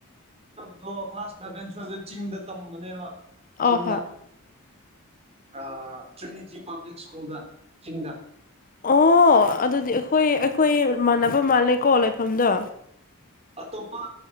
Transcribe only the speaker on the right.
ꯑꯣ ꯀ꯭ꯂꯥꯁ ꯏꯂꯚꯦꯟ ꯇꯨꯋꯜꯇ ꯆꯤꯡꯗ ꯇꯝꯕꯅꯦꯕ
ꯆꯗ
ꯑ ꯇꯞ ꯄꯥꯕ꯭ꯂꯤꯛ ꯁ꯭ꯀꯨꯜꯗ ꯆꯤꯡꯗ
ꯑꯇꯣꯞꯄ